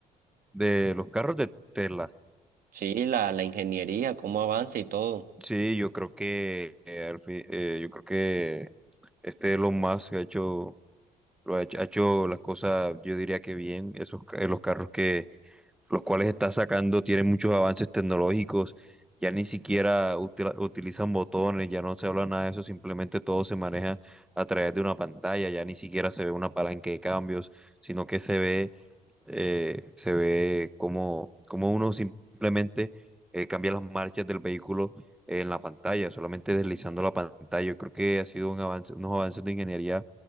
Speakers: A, in the centre; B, on the right.
A: De los carros de Tesla.
B: Sí, la, la ingeniería, cómo avanza y todo.
A: Sí, yo creo que eh, al fin- eh, yo creo que este Elon Musk ha hecho, lo ha hecho, ha hecho las cosas, yo diría que bien. Esos ca- los carros que los cuales está sacando tienen muchos avances tecnológicos. Ya ni siquiera utila- utilizan botones, ya no se habla nada de eso, simplemente todo se maneja a través de una pantalla, ya ni siquiera se ve una palanca de cambios, sino que se ve eh, se ve como cómo uno simplemente eh, cambia las marchas del vehículo en la pantalla, solamente deslizando la pantalla. Yo creo que ha sido un avance, unos avances de ingeniería